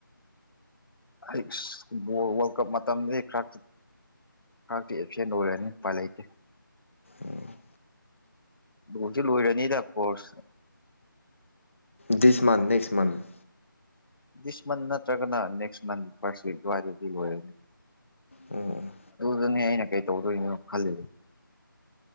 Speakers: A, on the left; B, on the left.
A: ꯑꯩꯁ ꯕꯣꯜ ꯋꯥꯔꯜ ꯀꯞ ꯃꯇꯝꯗꯤ ꯈꯔꯛ ꯈꯔꯛꯇꯤ ꯑꯦꯞꯁꯦꯟ ꯑꯣꯏꯔꯅꯤ ꯎꯄꯥꯏ ꯂꯩꯇꯦ꯫
B: ꯎꯝ
A: ꯂꯣꯏꯗꯤ ꯂꯣꯏꯔꯅꯤꯗ course
B: this month next month
A: this ꯃꯟ ꯅꯠꯇ꯭ꯔꯒꯅꯥ ꯅꯦꯛꯁ ꯅ ꯐꯔꯁ ꯋꯤꯛ ꯑꯗꯋꯥꯏꯗꯗꯤ ꯂꯣꯏꯔꯅꯤ꯫
B: ꯎꯝ
A: ꯑꯗꯨꯅꯦ ꯑꯩꯅ ꯀꯩ ꯇꯧꯗꯣꯏꯅꯣ ꯈꯜꯂꯤꯕ꯫